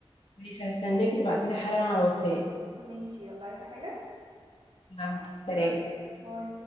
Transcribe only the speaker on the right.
ماشي يلا عايزه حاجه
باي